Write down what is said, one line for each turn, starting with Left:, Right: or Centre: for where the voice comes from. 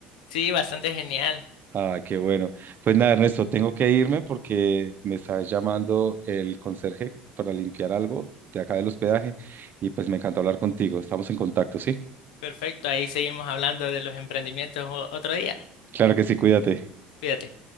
Left: Sí, bastante genial.
Right: Ah, qué bueno. Pues nada, Ernesto, tengo que irme porque me está llamando el conserje para limpiar algo de acá del hospedaje y pues me encantó hablar contigo. Estamos en contacto, ¿sí?
Left: Perfecto, ahí seguimos hablando de los emprendimientos o- otro día.
Right: Claro que sí, cuídate.
Left: Cuídate.